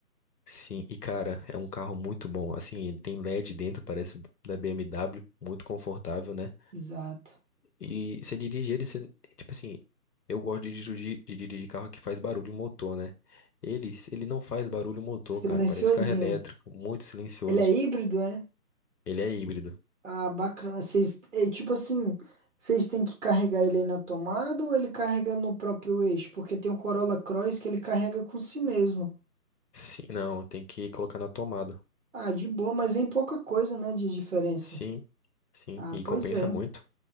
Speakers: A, on the left (about 70°); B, on the right (about 50°).
A: Sim, e cara, é um carro muito bom. Assim, ele tem LED dentro, parece da BMW, muito confortável, né?
B: Exato.
A: E você dirige ele, você, tipo assim, eu gosto de dirigir, de dirigir carro que faz barulho motor, né? Ele, ele não faz barulho motor,
B: Silenciosinho.
A: cara. Parece carro elétrico, muito silencioso.
B: Ele é híbrido, é?
A: Ele é híbrido.
B: Ah, bacana. Vocês, é tipo assim, vocês têm que carregar ele aí na tomada ou ele carrega no próprio eixo? Porque tem o Corolla Cross que ele carrega com si mesmo.
A: Sim, não, tem que colocar na tomada.
B: Ah, de boa, mas vem pouca coisa, né, de diferença.
A: Sim, sim,
B: Ah,
A: e compensa
B: pois é.
A: muito.